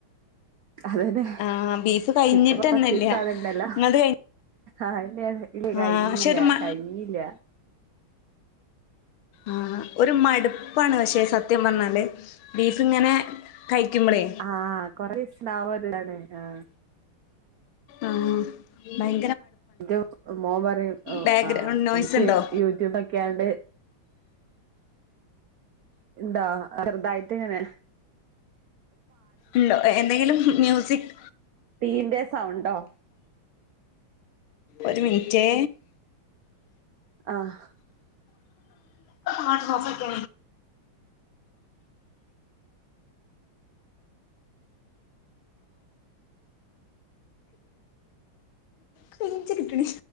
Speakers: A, on the right (about 75°); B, on the left (about 80°).
A: അതന്നെ
B: ആഹ് ബീഫ് കഴിഞ്ഞിട്ടന്നല്ല
A: ഇപ്പൊ കൊറച്ച് ദസ അധണ്ടല്ലോ
B: നിങ്ങളത് കഴിഞ്ഞോ
A: ആഹന്നെ ഇല്ല കഴിഞ്ഞല്ല
B: ആഹ് പക്ഷെ ഒരു മ
A: കഴിഞ്ഞല്ല
B: ആഹ ഒരു മടുപ്പ ഉപ്പാണ് പക്ഷെ സത്യം പറഞ്ഞാല് ബീഫ ഇങ്ങനെ കഴിക്കുമ്പളേ
A: ആഹ കൊറ ദസ ലാാവല്ലാണേ ആ
B: ആഹ ഭയ
A: എ മോൻ പറയും
B: ബാക്ക്ഗ്രൗണ്ട് നോയ്സ്
A: ആ്ച്ച
B: ഉണ്ടോ
A: യൂട്യൂബ്ൊക്കെ ആണ്ട് എന്താ വെറുതായിട്ട എങ്ങനെ
B: ഉണ്ടോ എന്തെങ്കിലും മ്യൂസിക്
A: തീന്റെ സൗണ്ടോ
B: ഒരു മിനിറ്റ്
A: ആഹ്
B: ആ നോക്കക്ക കച കിട്ടണ